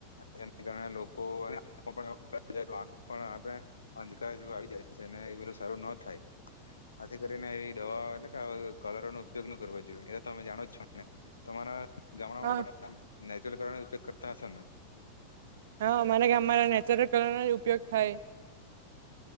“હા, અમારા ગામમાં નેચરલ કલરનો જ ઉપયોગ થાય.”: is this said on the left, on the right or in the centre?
Right